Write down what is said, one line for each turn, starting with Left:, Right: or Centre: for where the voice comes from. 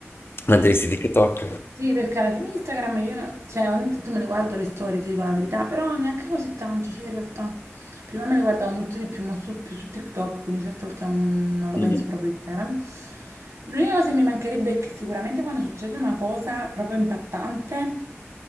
Left: Mantenessi TikTok.
Right: Sì, perché alla fine Instagram io, non- cioè, ogni tanto me le guardo le storie, ti dico la verità, però neanche così tanto, cioè, in realtà. Prima me le guardavo molto di più, ma su, più su TikTok, quindi certe volte non, non lo
Left: Mm,
Right: penso proprio a Instagram. L'unica cosa che mi mancherebbe è che sicuramente quando succede una cosa proprio impattante,